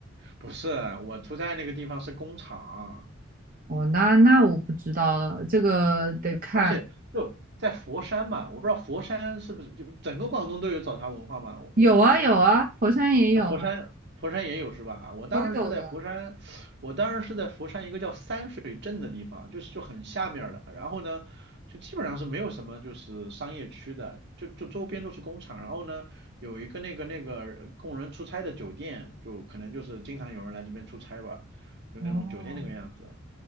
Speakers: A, on the right (about 60°); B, on the right (about 45°).
A: 不是，我出差那个地方是工厂，
B: 哦，那那我不知道了，这个得看。
A: 而且就在佛山嘛，我不知道佛山是不是就整个广东都有早茶文化嘛？
B: 有啊有啊，佛山也有啊，
A: 那佛山佛山也有是吧？我当时是在佛山，
B: 都有的。
A: 我当时是在佛山一个叫三水镇的地方，就是就很下面儿的。然后呢，就基本上是没有什么就是商业区的，就就周边都是工厂。然后呢，有一个那个那个供人出差的酒店，就可能就是经常有人来这边出差吧，就那种酒店那个样子。
B: 哦。